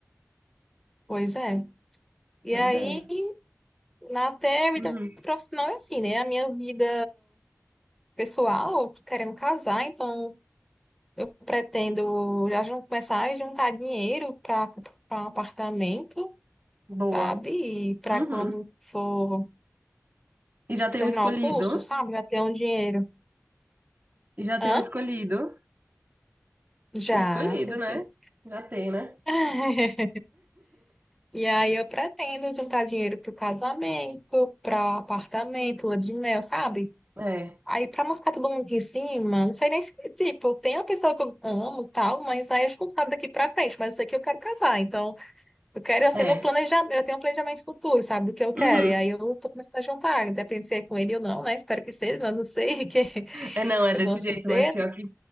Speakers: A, in the centre; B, on the right.
A: pois é. E
B: Mas
A: aí,
B: é.
A: na até a vida
B: Uhum.
A: profissional é assim, né? A minha vida pessoal, eu tô querendo casar, então. Eu pretendo já jun- começar a juntar dinheiro para comprar um apartamento,
B: Boa.
A: sabe? E para
B: Uhum.
A: quando for,
B: E
A: tipo,
B: já tem
A: terminar
B: o escolhido.
A: o curso, sabe? Já ter um dinheiro.
B: E já tem
A: Hã?
B: o escolhido.
A: Já,
B: O escolhido,
A: tenho
B: né?
A: sim.
B: Já tem, né?
A: <laughs> E aí eu pretendo juntar dinheiro pro casamento, para apartamento, lua de mel, sabe?
B: É.
A: Aí pra não ficar todo mundo aqui em cima, não sei nem se, tipo, tem uma pessoa que eu amo e tal, mas aí a gente não sabe daqui pra frente, mas eu sei que eu quero casar, então Eu quero, assim,
B: É.
A: meu planejamento, eu tenho um planejamento futuro, sabe, do que eu quero.
B: Uhum.
A: E aí eu tô começando a juntar, independente se é com ele ou não, né? Espero que seja, mas não sei, <laughs> que
B: É, não, é
A: eu
B: desse
A: gosto
B: jeito,
A: muito dele,
B: mas pior que,